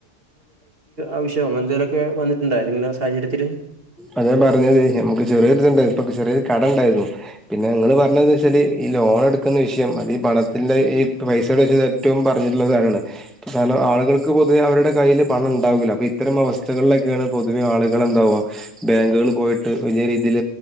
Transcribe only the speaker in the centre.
അതെ പറഞ്ഞത് നമുക്ക് ചെറിയൊരു ഇതണ്ട് ഇപ്പ ക്ക് ചെറിയൊരു കട ഉണ്ടായിരുന്നു പിന്നെ ത് പറഞ്ഞതെന്ന് വെച്ചാല് ഈ ലോൺ എടുക്കുന്ന വിഷയം അത് ഈ പണത്തിന്റെ ഈ പൈസയുടെ <inaudible> ഏറ്റവും പറഞ്ഞിട്ടുള്ള കാര്യാണ് ആളുകൾക്ക് പൊതുവെ അവരുടെ കയ്യ്ൽ പണം ഉണ്ടാവില്ല അപ്പം ഇത്തരം അവസ്ഥകളിലൊക്കെയാണ് പൊതുവ ആ ന്താ വാ ബാങ്കുകൾ പോയിട്ട് വലിയ രീതിയിൽ